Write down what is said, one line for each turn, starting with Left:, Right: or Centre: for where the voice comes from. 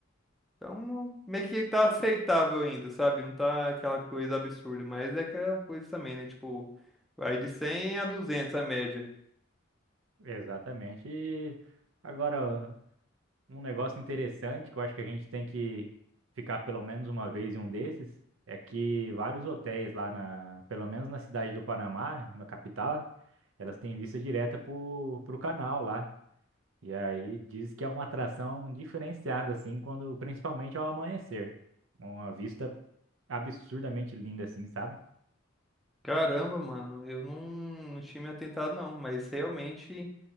Centre: Então, meio que tá aceitável ainda, sabe? Não tá aquela coisa absurda, mas é aquela coisa também, né? Tipo, vai de 100 a 200 a média.
Right: Exatamente. E agora, Um negócio interessante que eu acho que a gente tem que ficar pelo menos uma vez em um desses é que vários hotéis lá na, pelo menos na cidade do Panamá, na capital, elas têm vista direta pro, pro canal lá. E aí diz que é uma atração diferenciada assim, quando principalmente ao amanhecer. Uma vista absurdamente linda assim, sabe?
Centre: Caramba, mano, eu não, não tinha me atentado não, mas realmente,